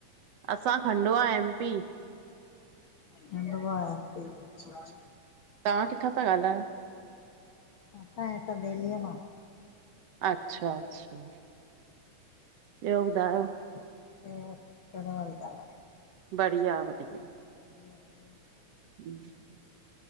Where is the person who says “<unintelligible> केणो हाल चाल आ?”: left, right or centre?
Left